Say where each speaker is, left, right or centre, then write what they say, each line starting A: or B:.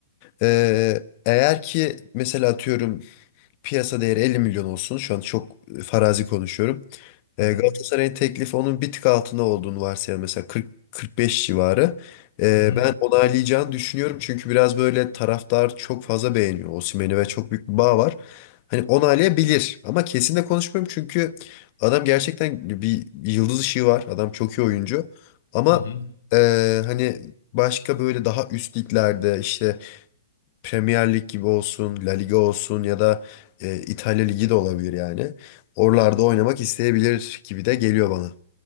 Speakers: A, on the left; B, on the left.
A: Ee, eğer ki mesela atıyorum piyasa değeri 50 milyon olsun. Şu an çok farazi konuşuyorum.
B: tamam.
A: E, Galatasaray'ın teklifi onun bir tık altında olduğunu varsayalım. Mesela 40-45 civarı. E,
B: Hı hı.
A: ben onaylayacağını düşünüyorum. Çünkü biraz böyle taraftar çok fazla beğeniyor Osimhen'i ve çok büyük bir bağ var. Hani onaylayabilir ama kesin de konuşmuyorum. Çünkü adam gerçekten bir yıldız ışığı var. Adam çok iyi oyuncu. Ama
B: Hı hı.
A: e, hani başka böyle daha üst liglerde işte Premier Lig gibi olsun, La Liga olsun ya da e, İtalya Ligi de olabilir yani. Oralarda oynamak isteyebilir gibi de geliyor bana.